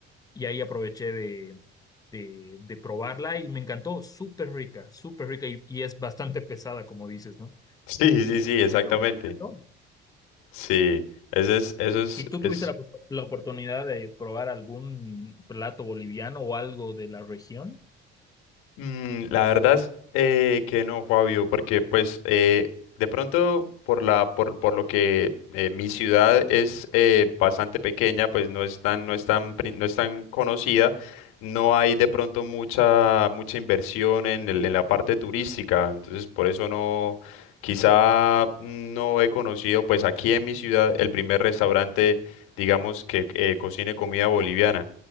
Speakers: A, on the left (about 15°); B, on the left (about 85°).
A: y ahí aproveché de, de, de probarla y me encantó, súper rica, súper rica y, y es bastante pesada, como dices, ¿no?
B: Sí, sí, sí, exactamente.
A: Pero me encantó.
B: Sí, ese es, eso es,
A: ¿Y tú
B: es
A: tuviste la, la oportunidad de probar algún plato boliviano o algo de la región?
B: Mm, la verdad es eh, que no, Fabio, porque pues eh, de pronto por la por, por lo que eh, mi ciudad es eh, bastante pequeña, pues no es tan no es tan pri- no es tan conocida, no hay de pronto mucha mucha inversión en el- en la parte turística, entonces por eso no quizá no he conocido pues aquí en mi ciudad el primer restaurante digamos que eh, cocine comida boliviana